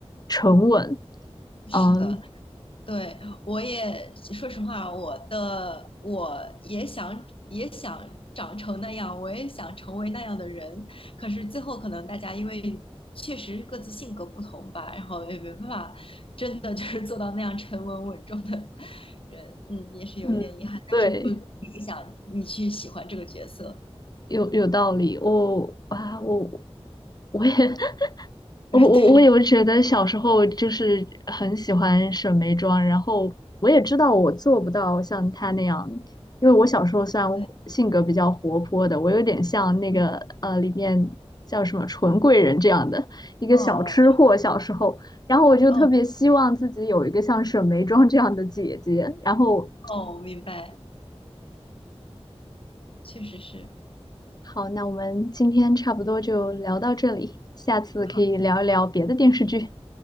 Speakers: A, on the left; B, on the left.
A: 沉稳，
B: 是的，
A: 嗯
B: 对，我也说实话，我的我也想也想长成那样，我也想成为那样的人。可是最后可能大家因为确实各自性格不同吧，然后也没办法真的就是做到那样沉稳稳重的人，嗯，也是有一点遗憾，
A: 嗯，对，
B: 但是不影响你去喜欢这个角色。
A: 有有道理，我啊我
B: <laughs>
A: 我也 <laughs> 我我我有觉得小时候就是很喜欢沈眉庄，
B: 对
A: 然后我也知道我做不到像她那样，因为我小时候虽然性格比较活泼的，
B: 对，
A: 我有点像那个呃里面叫什么纯贵人这样的一个小吃货小时候，
B: 嗯，哦
A: 然后我就特别希望自己有一个像沈眉庄这样的姐姐。
B: 哦
A: 然后
B: 哦，明白，确实是。
A: 好，那我们今天差不多就聊到这里，下次可以聊一聊别的电视剧，
B: 好，